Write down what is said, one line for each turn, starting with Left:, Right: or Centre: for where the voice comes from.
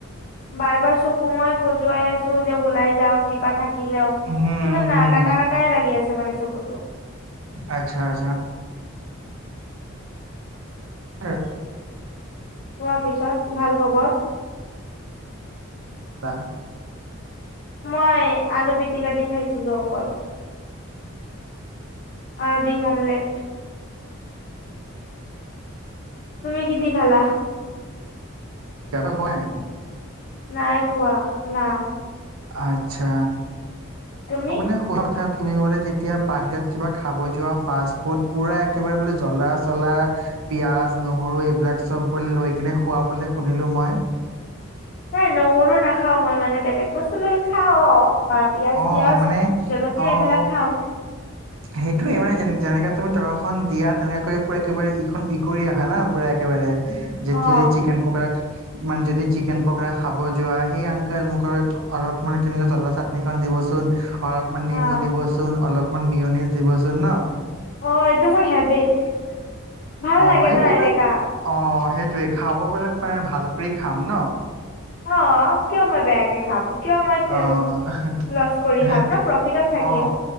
Left: বাৰ বাৰ চকু মই খজুৱাই আছো যে ওলাই যাওক কিবা থাক থাকিলেও কিন্তু
Right: উম হম
Left: না কাটা কটাইে লাগি আছে মানে চকুতটো।
Right: আচ্ছা আচ্ছা হম
Left: পোৱা পিছত ভাল খবৰ
Right: লা
Left: মই আলু পিটিকা দি খাইছিলো অকল আৰু ডিম অমলেট তুমি কি দি খালা
Right: যতে হয়
Left: নাই খোৱা না
Right: <unintelligible> ত
Left: তুমি
Right: মানে খোৱাৰ তুমি বোলে যেতিয়া বাহিৰত কিবা খাব যোৱা ফাষ্ট ফুড পুৰা একেবাৰে বোলে জ্বলা চলা পিয়াজ নহৰু এইবিলাক চব বোলে লৈ কিনে খুৱাবলে শুনিলো মই।
Left: নাই নহৰু নাখাওঁ মই মানে বেলেগ বস্তু লৈ খাওঁ। অঁ পিয়াজ
Right: অ
Left: চিয়াজ
Right: মানে
Left: জলকীয়া
Right: অ
Left: এইবিলাক খাওঁ।
Right: সেইটোয়ে মানে যে যেনেকাে তুমি টকা খন দিয়া তেনেক পুৰা একেবাৰে ইখন ই কৰি আহা ন পুৰা একেবাৰে। যে
Left: অ
Right: যদি চিকেন পকৰা মানে যদি চিকেন পখৰা খাব যোৱা সেই আংক মোকৰ অলপ মান কেনেক জলা চাটনিখন দিবচোন। অঁ অপমান
Left: অ
Right: নেমু দিবচোন অলপ। আৰু মিয়নিছ দিৱ ন
Left: অঁ এইটো মোৰ হেবিট। ভাল
Right: অ
Left: লাগে
Right: সেইটো
Left: ন এনেকা
Right: মানে অ সেই য়ে খাব গ'লে মানে ভাল কৰি খাম ন।
Left: অ কিয় মই বেয়াকে খাম। কিয় মই
Right: অ সেই
Left: লছ কৰি খাম ন প্ৰফিটত থাকিম
Right: অ